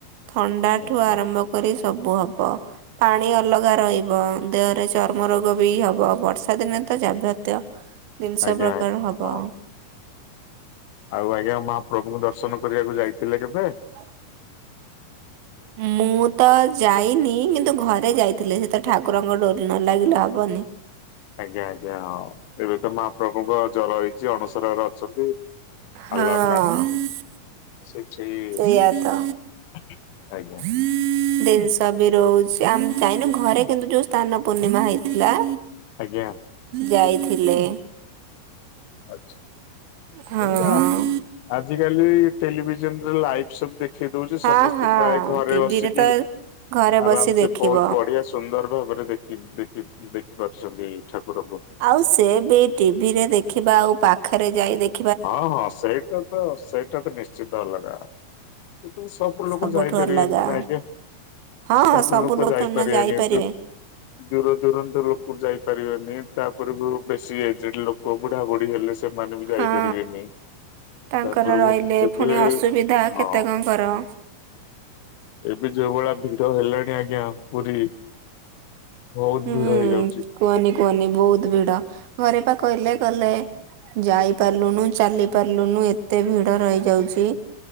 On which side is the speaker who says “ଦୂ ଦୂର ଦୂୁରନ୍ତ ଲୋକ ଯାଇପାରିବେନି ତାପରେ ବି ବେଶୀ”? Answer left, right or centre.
Left